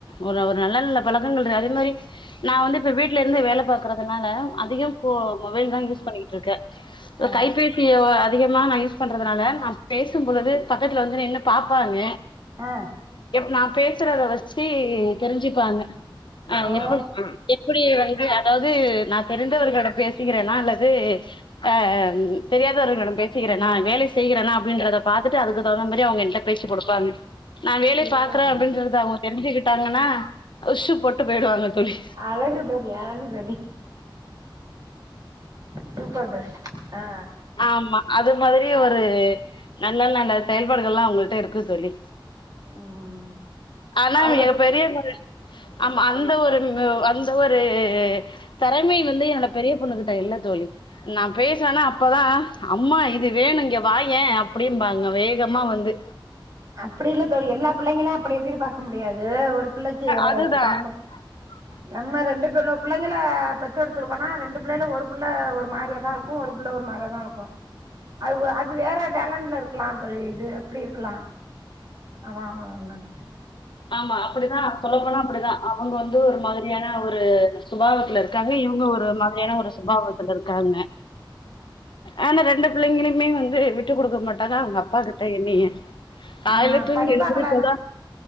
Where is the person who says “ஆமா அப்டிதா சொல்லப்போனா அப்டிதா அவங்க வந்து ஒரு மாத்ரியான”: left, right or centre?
Left